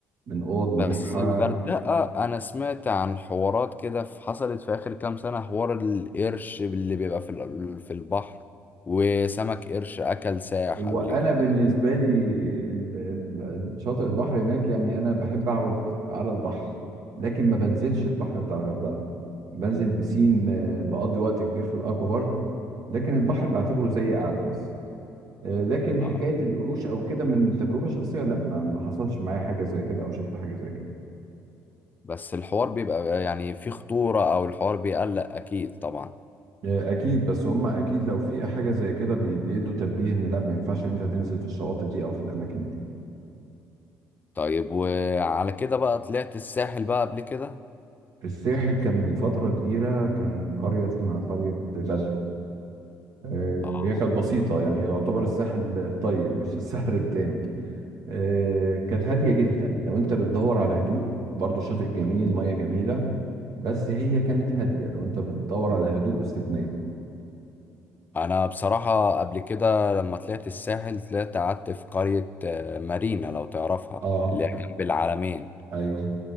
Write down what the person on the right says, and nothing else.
من اوض مريحة
هو
انا
بالنسبة لي ال- ال- الشاطئ البحر هناك يعني انا بحب اقعد على البحر لكن ما بنزلش البحر بتاع الغردقة بنزل بسين آه، بقضي وقت كبير في الاكوا بارك لكن البحر بعتبره زي قاعدة بس آه، لكن
حكاية القروش او كده من تجربة شخصية لما ما ما حصلش معايا حاجة زي كده او شفت حاجة زي كده
آه، اكيد بس هم اكيد لو في حاجه زي كده بي- بيدوا تنبيه ان لا ما ينفعش ان انت تنزل في الشواطئ دي او في الاماكن دي
في الساحل كان من فتره كبيره كان قريه اسمها قريه بدر آه،
هي كانت بسيطه يعني يعتبر الساحل الطيب مش الساحل التاني آه، كانت هاديه جدا لو انت بتدور على هدوء برضو شاطئ جميل ميه جميله بس هي كانت هاديه لو انت بتدور على هدوء واستجمام
اه
ايوه